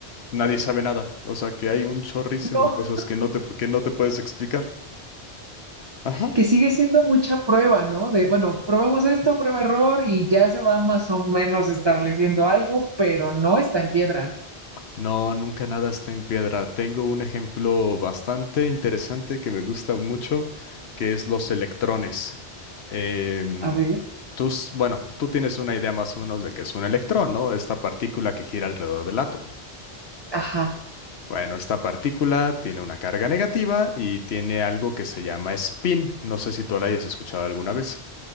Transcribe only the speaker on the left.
nadie sabe nada. O sea, que hay un chorrísimo
de cosas que no te, que no te puedes explicar. Ajá.
No, nunca nada está en piedra. Tengo un ejemplo bastante interesante que me gusta mucho, que es los electrones. Em,
tú, s- bueno, tú tienes una idea más o menos de qué es un electrón, ¿no? Esta partícula que gira alrededor del átomo.
Bueno, esta partícula tiene una carga negativa y tiene algo que se llama spin. No sé si tú la hayas escuchado alguna vez.